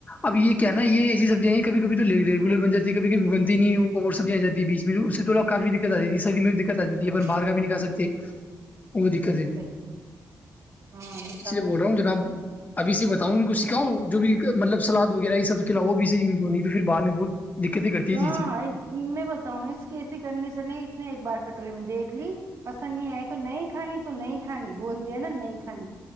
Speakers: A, on the left (about 25°); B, on the right (about 55°).
A: اب یہ کیا نا یہ ایسی سبزیا ہیں کبھی کبھی تو ریگولر بن جی ہے کبھیبھی بنتی نہیں وہ اور سبزیا آ جاتی بیچ میں جو اس سے تھوڑا کافی دقت آ جی س م میں ت
B: ہاں
A: باہر کا بھی نہیں کا سکتے وہ
B: ہوں
A: دقت
B: صحیح
A: ہے
B: ہاں نشا
A: اس لیے بول رہا ہوں جناب ابھی سے بتاؤ ان کو سکھاؤ جو بھی مطلب سلاد وغیرہ یہ سب کلا وہ بھی صح ان کو نہیں تو پھر بر نے بہت دقتیں کرتی
B: کہاں
A: ہے چیزیں
B: میں بتاؤں ن اس کی کنڈیشن ہے اس نے ایک بار کٹوری میں دیکھ لی پسند نہیں آئے تو نہیں کھانی تو نہیں کھانی بول د ہیں نا نہیں کھانی